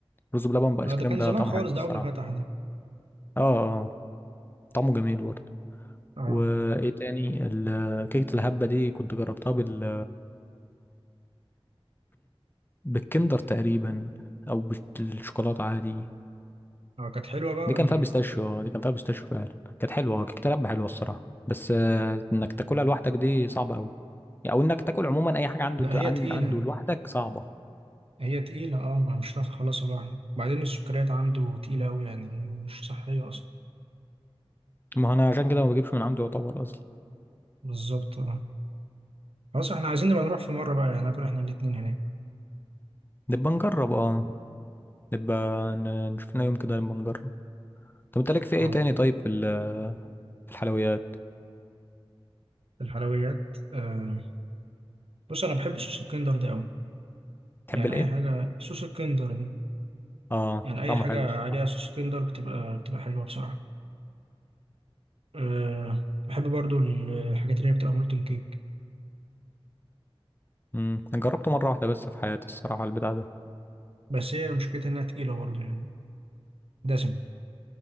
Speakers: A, on the left; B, on the right.
A: رز بلبن بايس
B: لا،
A: كريم
B: ده كان
A: ده
B: زمان
A: طعمه
B: خالص
A: حلو الصراحه
B: ده اول ما فتح ده
A: اه اه طعمه جميل برضه
B: اه
A: وايه تاني ال- كيكة الهبة دي كنت جربتها بال بالكندر تقريبا او بالشوكولاتة عادي
B: اه كانت حلوة بقى
A: دي
B: ولا
A: كان فيها
B: ايه
A: بيستاشيو اه دي كان فيها بيستاشيو فعلا كانت حلوة اه كيكة الهبة حلوة الصراحة بس آه، انك تاكلها لوحدك دي صعبة قوي او انك تاكل عموما اي حاجة عنده
B: لا هي
A: عن-
B: تقيلة
A: عنده لوحدك صعبة
B: هي تقيلة اه ما مش هتعرف تخلصها لوحدك وبعدين السكريات عنده تقيلة اوي يعني مش صحية اصلا
A: ما انا عشان كده ما بجيبش من عنده يعتبر اصلا
B: بالظبط اه خلاص احنا عايزين نبقى نروح في مرة بقى يعني ناكل احنا الاتنين هناك
A: نبقى نجرب اه نبقى ن- نشوف لنا يوم كده نبقى نجرب طب انت ليك في ايه
B: اه
A: تاني طيب في ال- في الحلويات
B: الحلويات آه. بص انا بحب صوص الكندر ده اوي
A: تحب
B: يعني
A: الايه
B: اي حاجة صوص الكندر ده
A: اه
B: يعني اي
A: طعمه
B: حاجة
A: حلو الصراحة
B: عليها صوص كندر بتبقى بتبقى حلوة بصراحة أه بحب برضو الحاجات اللي هي بتبقى مولتن كيك
A: امم أنا جربته مرة واحدة بس في حياتي الصراحة البتاع ده
B: بس هي مشكلتها انها تقيلة برضو يعني دسمة